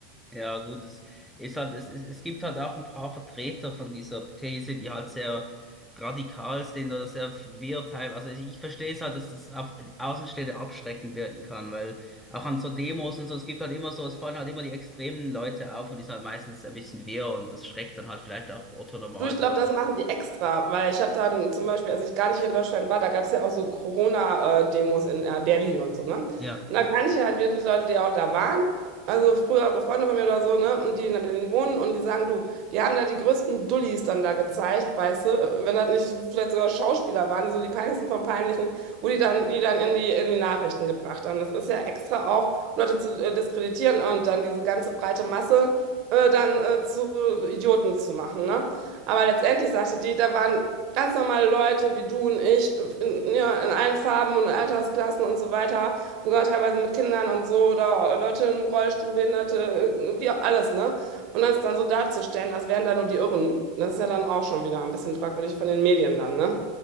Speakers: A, in the centre; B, on the right.
A: Ja, gut, es ist halt, es, es, es gibt halt auch ein paar Vertreter von dieser These, die halt sehr radikal sind oder sehr wirr teil. Also ich, ich verstehe es halt, dass es auf Außenstehende abschreckend wirken kann, weil auch an so Demos und so, es gibt halt immer so, es fallen halt immer die extremen Leute auf und die sind halt meistens ein bisschen wirr und das schreckt dann halt vielleicht auch Otto Normalbürger.
B: Du, ich glaube, das machen die extra, weil ich habe dann zum Beispiel, als ich gar nicht hier in Deutschland war, da gab es ja auch so Corona-Demos in äh, Berlin und so, ne?
A: Ja.
B: Und da kannte ich halt wirklich Leute, die auch da waren, also frühere Freunde von mir oder so, ne? Und die in Berlin wohnen und die sagen, du, die haben da die größten Dullis dann da gezeigt, weißt du, äh, wenn das nicht vielleicht sogar Schauspieler waren, so die peinlichsten vom Peinlichen, wo die dann, die dann in die, in die Nachrichten gebracht haben. Das ist ja extra auch, um Leute zu äh, diskreditieren und dann diese ganze breite Masse äh, dann äh, zu Idioten zu machen, ne? Aber letztendlich sagte die, da waren ganz normale Leute wie du und ich in, ja, in allen Farben und Altersklassen und so weiter, sogar teilweise mit Kindern und so oder Leute im Rollstuhl, Behinderte, äh, wie auch alles, ne? Und dann ist dann so darzustellen, als wären da nur die Irren, das ist ja dann auch schon wieder ein bisschen fragwürdig von den Medien dann, ne?